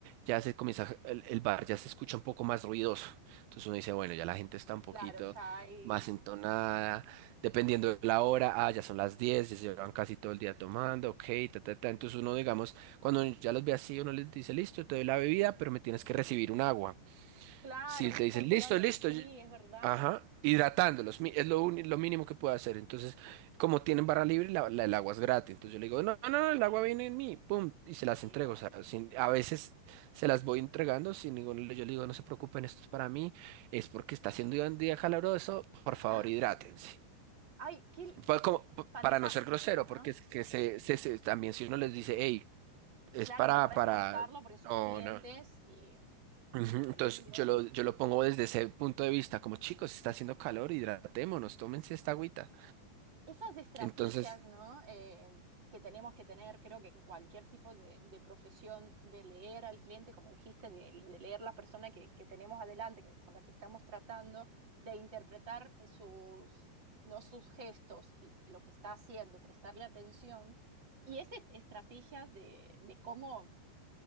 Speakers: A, on the right; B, on the right.
A: ya se comienza, el, el bar ya se escucha un poco más ruidoso. Entonces uno dice, bueno, ya la gente está un poquito
B: Claro, ya hay.
A: más entonada, dependiendo de la hora, ah, ya son las 10, ya se llevan casi todo el día tomando, ok, ta, ta, ta. Entonces uno, digamos, cuando ya los ve así, uno les dice, listo, te doy la bebida, pero me tienes que recibir un agua.
B: Claro,
A: Si
B: ir
A: te dicen,
B: controlando.
A: listo, listo,
B: Sí,
A: y-
B: es verdad.
A: ajá, hidratándolos, mi- es lo, uni- lo mínimo que puedo hacer. Entonces, como tienen barra libre, la, la- el agua es gratis. Entonces yo le digo, no, no, no, el agua viene en mí, pum, y se las
B: Sí,
A: entrego.
B: obvio.
A: O sea, sin- a veces se las voy entregando sin ningún, yo le digo, no se preocupen, esto es para mí, es porque está haciendo un día calabroso, por favor,
B: <laughs>
A: hidrátense.
B: Ay, qué, qué
A: Pa- como- pa-
B: fantástico,
A: para no ser grosero,
B: ¿no?
A: porque es que se, se- se- también si uno les dice, hey, es
B: Claro,
A: para,
B: no podés
A: para,
B: cortarlo porque son
A: no,
B: clientes
A: no.
B: y
A: Ujú, Entonces
B: Sí,
A: yo
B: obvio.
A: lo, yo lo pongo desde ese punto de vista, como chicos, está haciendo calor, hidratémonos, tómense esta agüita.
B: esas estrategias,
A: Entonces,
B: ¿no? Eh, que tenemos que tener, creo que en cualquier tipo de, de profesión, de leer al cliente, como dijiste, de, de leer la persona que, que tenemos adelante, que- con la que estamos tratando, de interpretar eh, sus, no sus gestos y lo que está haciendo, prestarle atención. Y esas estrategias de, de cómo